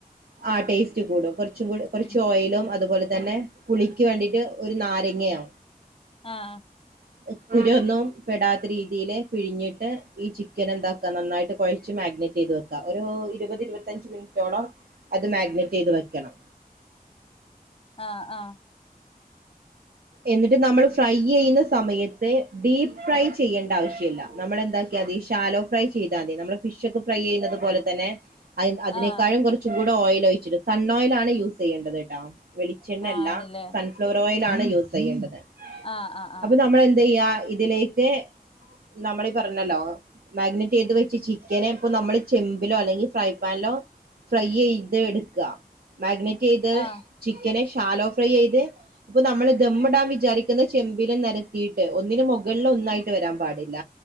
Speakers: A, on the right (about 70°); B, on the left (about 35°).
A: ആ ടേസ്റ്റ് കൂടും കുറച്ചും കൂടെ കുറച്
B: ഉം
A: ഓയിലും അതുപോലെ തന്നെ പുളിക്ക് വേണ്ടിയിട്ട് ഒരു നാരങ്ങയാ
B: ആഹ്
A: <unintelligible> പെടാത്ത രീതിയിൽ പിഴിഞ്ഞിട്ട് ഈ ചിക്കൻ എന്താക്കാ നന്നായിട്ട് കുഴച്ച് മാഗ്നേറ്റ് ചെയ്ത് വെക്കാ. ക്കാ ഒരു ഇരുപത് ഇരുപത്തഞ്ച് മിനിറ്റോളം അത് മാഗ്നേറ്റ് ചെയ്ത് വെക്കണം.
B: ആഹ് ആഹ്
A: എന്നിട്ട് നമ്മൾ ഫ്രൈ ചെയ്യുന്ന സമയത്ത് ഡീപ്പ് ഫ്രൈ ചെയ്യേണ്ട ആവശ്യല്ല നമ്മളെന്താ ക്കതി ശാലോ ഫ്രൈ ചെയ്താ തി നമ്മള് ഫിഷ് ഒക്കെ ഫ്രൈ ചെയ്യുന്നത് പോലെ തന്നെ. അ അതിനേക്കാളും
B: ആഹ്
A: കുറച്ചും കൂടെ ഓയിൽ ഒഴിച്ചിട്ട് സൺ ഓയിൽ ആണ് യൂസിയ്യേണ്ടത് ട്ടാ വെളിച്ചെണ്ണ
B: ആണ്ല്ലേ
A: ല്ല സൺഫ്ലവർ ഓയിലാണ്
B: ആഹ്
A: യൂസ് ചെയ്യേണ്ടത്
B: ആഹ് ആഹ് ആഹ്
A: അത് നമ്മളെ ന്ത് യ്യാ ഇതിലേക്ക് നമ്മളീ പറഞ്ഞല്ലോ മാഗ്നേറ്റ് ചെയ്ത് വെച്ച ചിക്കന് ഇപ്പ നമ്മള് ചെമ്പിലോ അല്ലെങ്കിൽ ഫ്രൈ പാനിലോ ഫ്രൈ ചെയ്ത് എടുക്കുക മാഗ്നേറ്റ് ചെയ്ത
B: ആഹ്
A: ചിക്കനെ ഷാലോ ഫ്രൈ ചെയ്ത് പ്പൊ നമ്മൾ ദമ്മിടാം വിചാരിക്കുന്ന ചെമ്പില് നെരത്തിയിട്ട് ഒന്നിനു മുകളിൽ ഒന്നായിട്ട് വരാൻ പാടില്ല